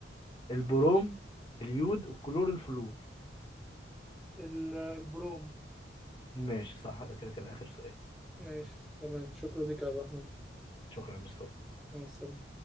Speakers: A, on the left; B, in the centre.
A: البروم اليود الكلور الفلور
B: ال- البروم
A: ماشي صح ده كده كان اخر سؤال
B: ماشي تمام شكرا لك يا عبد الرحمن
A: شكرا يا مصطفى
B: مع السلامة